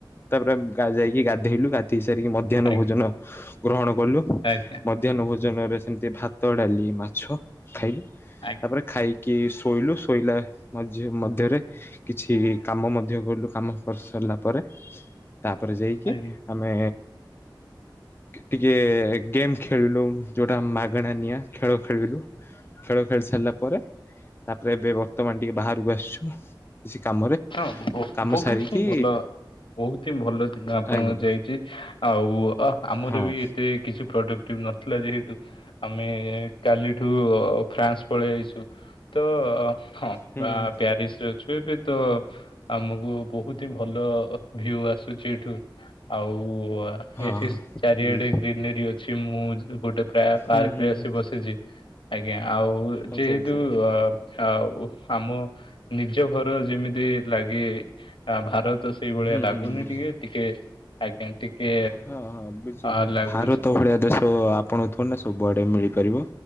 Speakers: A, on the left; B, on the left.
A: ତାପରେ ଯାଇକି ଗାଧେଇଲୁ, ଗାଧେଇ ସାରିକି ମଧ୍ୟାହ୍ନ
B: ଆଜ୍ଞା
A: ଭୋଜନ ଗ୍ରହଣ କଲୁ।
B: ଆଜ୍ଞା
A: ମଧ୍ୟାହ୍ନ ଭୋଜନରେ ସେମିତି ଭାତ, ଡାଲି, ମାଛ ଖାଇଲୁ,
B: ଆଜ୍ଞା
A: ତାପରେ ଖାଇକି କି ଶୋଇଲୁ, ଶୋଇଲା ମଧ୍ୟରେ କିଛି କାମ ମଧ୍ୟ କଲୁ, କାମ କରି ସାରିଲା ପରେ ତାପରେ ଯାଇକି
B: ଆଜ୍ଞା।
A: ଆମେ ଟିକେ ଗେମ୍ ଖେଳିଲୁ ଯୋଉଟା ମାଗଣା ନିଆଁ ଖେଳ ଖେଳିଲୁ। ଖେଳ ଖେଳି ସାରିଲା ପରେ ତାପରେ ଏବେ ବର୍ତ୍ତମାନ ଟିକେ ବାହାରକୁ ଆସିଛୁ। କିଛି କାମରେ
B: ହଁ
A: କାମ
B: ବହୁତ
A: ସାରିକି
B: ହିଁ ଭଲ। ବହୁତ ହିଁ ଭଲ ଦିନ ଆପଣଙ୍କ
A: ଆଜ୍ଞା
B: ଯାଇଛି, ଆଉ ଅ ଆମର
A: ହଁ
B: ବି ଏତେ କିଛି ପ୍ରଡକ୍ଟ ନ ନଥିଲା ଯେହେତୁ, ଆମେ କାଲିଠୁ ଫ୍ରାନ୍ସ ପଳେଇ ଯାଇଛୁ ତ ହଁ
A: ହୁଁ
B: ବ
A: ହୁଁ
B: ପ୍ୟାରିସ ରେ ଅଛୁ ଏବେ ତ ଆମକୁ ବହୁ ବହୁତ ହିଁ ଭଲ ଭିଉ ଆସୁଛି ଏଇଠୁ ଆଉ
A: ହଁ
B: ଏଠି
A: ହଁ
B: ଚାରିଆଡେ
A: ବୁଝ
B: ଗ୍ରୀନରୀ ଅଛି, ମୁଁ ଗୋଟେ ପ୍ରାୟ
A: ହୁଁ
B: ପାର୍କ
A: ହୁଁ
B: ରେ ଆସି
A: ହୁଁ
B: ବସିଛି ଆଜ୍ଞା, ଆଉ
A: ଆଚ୍ଛା
B: ଯେହେତୁ
A: ଆଚ୍ଛା
B: ଅ ଆ ଆମ ନିଜ ଘର ଯେମିତି ଲାଗେ ଭାରତ ସେଇ ଭଳିଆ
A: ହୁଁ
B: ଲାଗୁନି
A: ହୁଁ ବୁଝ
B: ଟିକେ ଟିକେ ଆଜ୍ଞା ଟିକେ
A: ହଁ, ହଁ, ବୁଝିଲି
B: ଅ ଲାଗୁଛି
A: ଭାରତ ଭଳିଆ ଦେଶ ଆପଣ ଥୋଡିନା ସବୁଆଡ଼େ ମିଳିପାରିବେ